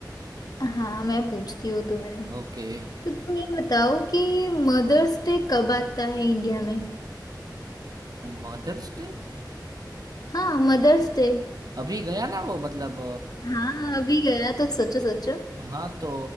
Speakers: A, on the left (about 55°); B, on the right (about 55°).
A: हाँ मैं पूछती हूँ तुम्हें
B: ओके
A: तो तुम ये बताओ कि मदर्स डे कब आता है इंडिया में
B: मदर्स डे
A: हाँ मदर्स डे
B: अभी गया ना वो मतलब
A: हाँ अभी गया तो सोचो सोचो
B: अ, हाँ तो